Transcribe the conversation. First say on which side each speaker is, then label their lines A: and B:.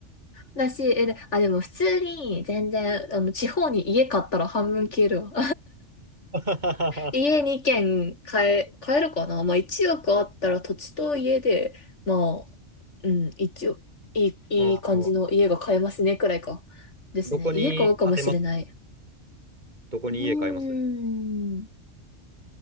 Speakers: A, on the left; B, on the right.
A: だし、え、であ、でも普通に全然、あの、地方に家買ったら半分消えるわ。
B: <laughs> あ
A: 家2軒買え、買えるかなまあ1億あったら土地と家で、まあ、うん、一応、いい、いい感じの家が買えますね、
B: ー
A: くらいか。ですね。
B: どこに、
A: 家買うかもしれない。
B: 建てどこに家買います
A: うーん、